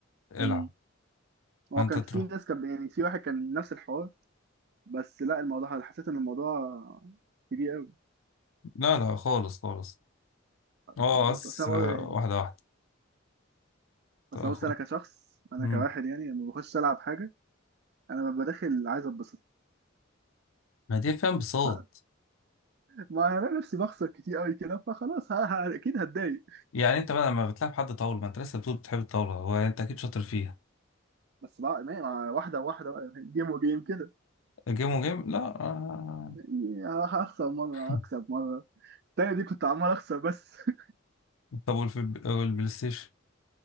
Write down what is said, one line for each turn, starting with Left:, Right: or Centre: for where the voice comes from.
Left: العب
Right: امم هو
Left: فأنت
Right: كان
Left: تروح
Right: في ناس كان يعني في واحد كان نفس الحوار بس لا الموضوع حسيت ان الموضوع كبير قوي
Left: لا لا خالص خالص هو
Right: بص
Left: بس
Right: اصل انا
Left: آه،
Right: برضه يعني
Left: واحدة واحدة طب
Right: بس
Left: يا
Right: بص
Left: أخويا.
Right: انا كشخص انا
Left: مم.
Right: كواحد يعني لما بخش العب حاجه انا ببقى داخل عايز اتبسط
Left: ما دي فيها انبساط
Right: ف- ما انا نفسي بخسر كتير قوي كده فخلاص ه- ه- اكيد هتضايق
Left: يعني انت بقى لما بتلعب حد طاولة ما انت لسه بتقول بتحب الطاولة هو يعني انت اكيد شاطر فيها
Right: بس بقى ما- مع واحده واحده بقى جيم وجيم كده
Left: جيم وجيم لا آه.
Right: يعني هخسر مرة
Left: <laughs>
Right: أكسب مرة التانية دي كنت عمال أخسر بس <laughs>
Left: طب والف- والبلاي ستيشن